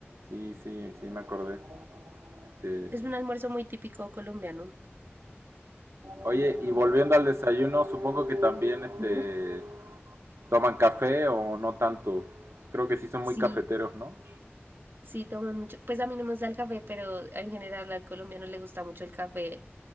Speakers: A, on the right (about 85°); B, on the right (about 50°).
A: Sí, sí, sí, me acordé. Este,
B: Es un almuerzo muy típico colombiano.
A: Oye, y volviendo al desayuno, supongo que también este,
B: Ujú.
A: toman café o no tanto. Creo que sí son
B: Sí,
A: muy cafeteros, ¿no?
B: Sí, toman mucho. Pues a mí no me gusta el café, pero en general al colombiano le gusta mucho el café